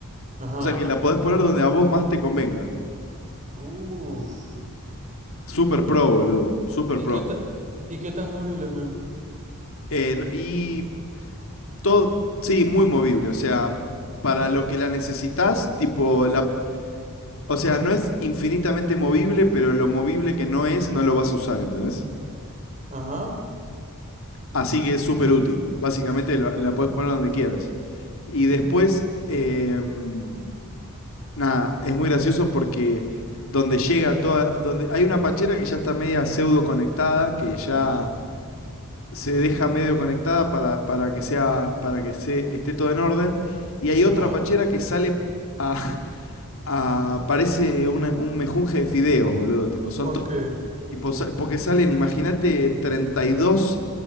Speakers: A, on the right; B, on the left.
A: Ajá.
B: O sea que la podés poner donde a vos más te convenga.
A: Uf.
B: Super pro, boludo. Super
A: ¿Y
B: pro.
A: qué ta- y qué tan móviles, men?
B: Eh, no- y todo, sí, muy movible. O sea, para lo que la necesitas, tipo, la, o sea, no es infinitamente movible, pero lo movible que no es, no lo vas a usar, ¿entendés?
A: Ajá.
B: Así que es súper útil. Básicamente lo- la puedes poner donde quieras. Y después, em, nada, es muy gracioso porque donde llega toda, donde hay una pachera que ya está media pseudo conectada, que ya se deja medio conectada para, para que sea, para que se, esté todo en orden. Y hay
A: Ajá.
B: otra pachera que sale a, <laughs> a- parece una- un mejunje de fideos, boludo. Tipo, son
A: ¿Por
B: to-
A: qué?
B: tipo, sa- porque salen, imagínate, 32,